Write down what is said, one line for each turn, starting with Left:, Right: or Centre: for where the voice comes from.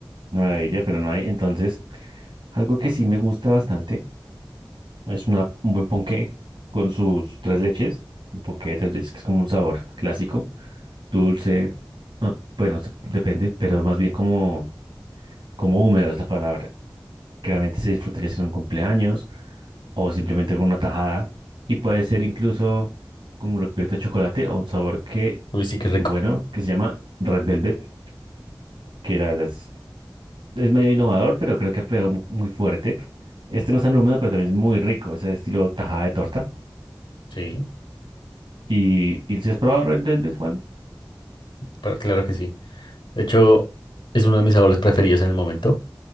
Right: Maravilla, pero no hay. Entonces, algo que sí me gusta bastante es una, un buen ponqué con sus tres leches. Un ponqué de tres leches que es como un sabor clásico, dulce, no, bueno, se- depende, pero más bien como, como húmedo es la palabra. que realmente se disfrutaría en un cumpleaños o simplemente con una tajada. Y puede ser incluso con un recubierto de chocolate o un sabor que
Left: Uy, sí, qué
Right: es
Left: rico.
Right: muy bueno, que se llama Red Velvet, que la verdad es, es medio innovador, pero creo que ha pegado mu- muy fuerte. Este no es tan húmedo, pero también es muy rico, es el estilo tajada de torta.
Left: Sí,
Right: ¿Y, y si has probado Red Velvet, Juan?
Left: pa- claro que sí. De hecho, es uno de mis sabores preferidos en el momento.